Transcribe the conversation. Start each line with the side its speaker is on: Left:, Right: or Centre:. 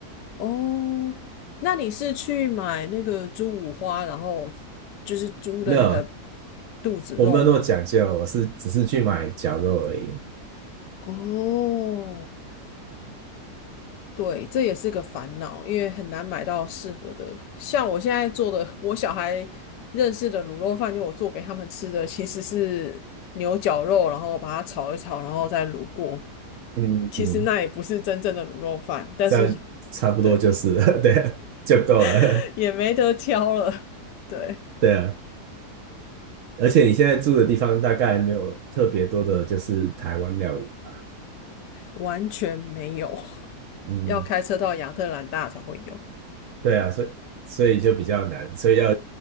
Left: 哦，那你是去买那个猪五花，然后就是猪的那个
Right: <laughs> 没有，
Left: 肚子肉吗？
Right: 我没有那么讲究，我是只是去买绞肉而已，
Left: 哦，对，这也是个烦恼，因为很难买到适合的。像我现在做的，我小孩认识的卤肉饭，就我做给他们吃的，其实是牛角肉，然后把它炒一炒，然后再卤过。
Right: 嗯嗯。
Left: 其实那也不是真正的卤肉饭，但是
Right: 这样差不多就是
Left: 对，
Right: <laughs> 对啊，就够了，
Left: <laughs> 也没得挑了，对。
Right: <laughs> 对啊。而且你现在住的地方大概没有特别多的，就是台湾料理吧，
Left: 完全没有，<laughs>
Right: 嗯，
Left: 要开车到亚特兰大才会有。
Right: 对啊，所以所以就比较难，所以要